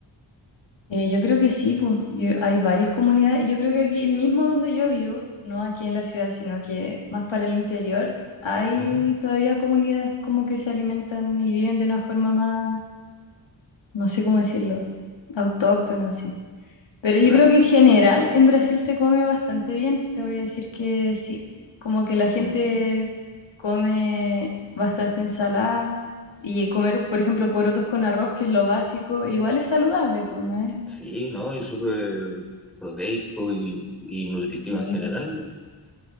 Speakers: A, on the left; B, in the centre.
A: Eh, yo creo que sí, pues yo- hay varias comunidades. Yo creo que aquí mismo donde yo vivo, no aquí en la ciudad, sino que más para el interior, hay
B: Ujú,
A: todavía comunidades como que se alimentan y viven de una forma más, no sé cómo decirlo, autóctona, así. Pero
B: Claro.
A: yo creo que en general en Brasil se come bastante bien. Te voy a decir que sí, como que la gente
B: Mm.
A: come bastante ensalada y comer, por ejemplo, porotos con arroz, que es lo básico, igual es saludable, pues no es.
B: Sí, ¿no? Y súper proteico y, y nutritivo
A: Sí,
B: en general,
A: pues.
B: en verdad.